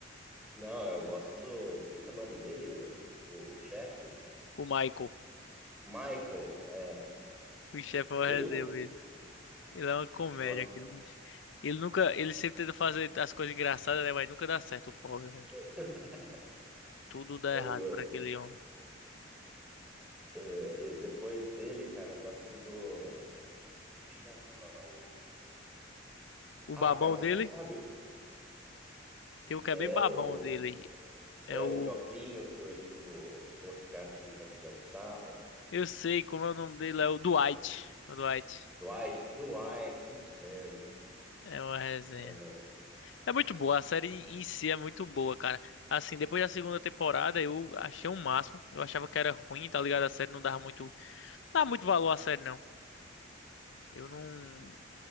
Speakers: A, in the centre; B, on the left (about 70°).
A: Não, eu gosto do. Como que é o nome dele? O, o chefe?
B: O Michael,
A: Michael, é.
B: o chefe é uma
A: Ele
B: resenha
A: eu,
B: mesmo. Ele é uma comédia,
A: eu gosto.
B: aquele bicho. Ele nunca. Ele sempre tenta fazer as coisas engraçadas, né? Mas nunca dá certo, o pobre, velho.
A: <laughs>
B: Tudo dá
A: Eu,
B: errado
A: eu-
B: pra aquele homem.
A: eh, e depois dele, cara, eu gosto do. Chama o.
B: O
A: Ah,
B: babão
A: cara, você
B: dele,
A: sabe.
B: tem um que
A: É
B: é bem babão
A: o.
B: dele. É
A: É o
B: o.
A: de que ele, o outro cara fica tirando sarro.
B: Eu sei como é o nome dele, é o Dwight. O Dwight.
A: Dwight, Dwight, isso mesmo.
B: É uma resenha.
A: Ah,
B: É muito boa, a série em si é muito boa, cara. Assim, depois da segunda temporada eu achei o máximo. Eu achava que era ruim, tá ligado? A série não dava muito, não dava muito valor à série, não. Eu não,